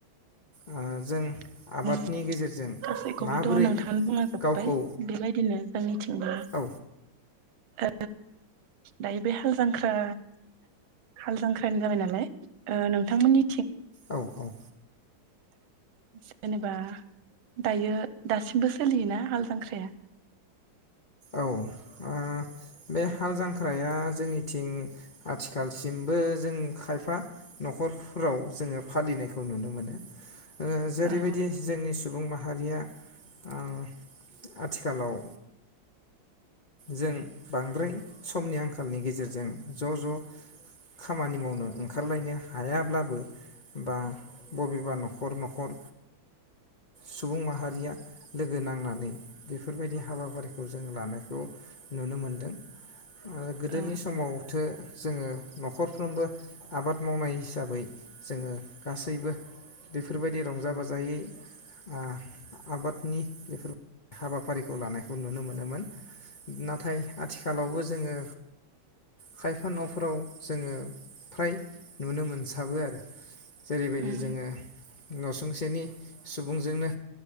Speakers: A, on the left; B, on the right.
A: ओ जों
B: <inaudible>
A: आबादनि गेजेरजों
B: गासैखौबोथ'
A: माबोरै
B: नोंथाङा बुंलांजोबबाय
A: गावखौ
B: बेबायदिनो जोंनि थिंबो
A: औ
B: ओ दायो बे हाल जां ख्रा हाल जांख्रानि जाबाय नालाय ओ नोंथांमोननि
A: औ औ
B: <inaudible> जेनेबा दायो दासिमबो सोलियोना हाल जांख्राया?
A: औ ओ बे हाल जांख्राया जोंनिथिं आथिखालसिमबो जों खायफा न'खरफ्राव जोङो फालिनायखौ नुनो मोनो। ओ जेरैबायदि
B: औ
A: जोंनि सु सुबुं माहारिया ओ आथिखालाव जों बांद्राय समनि आंखालनि गेजेरजों ज' ज' खामानि मावनो ओंखारलायनो हायाब्लाबो बा बबेबा न'खर न'खर सुबुं माहारिया लोगो नांनानै बेफोरबायदि हाबाफारि जों लानायखौ नुनो मोनदों। आरो गोदोनि
B: औ
A: समाव थो जोङो न'खरफ्रोमबो आबाद मावनाय हिसाबै जोङो गासैबो बेफोरबायदि रंजा-बाजायै ओ आबादनि बेफोर हाबाफारिखौ लानायखौ नुनो मो नोमोन नाथाय आथिखालावबो जोङो खायफा न'फोराव जोङो फ्राय नुनो मोनसाबो आरो। जेरैबायदि
B: उम
A: जोङो। नसुंसेनि सुबुंजोंनो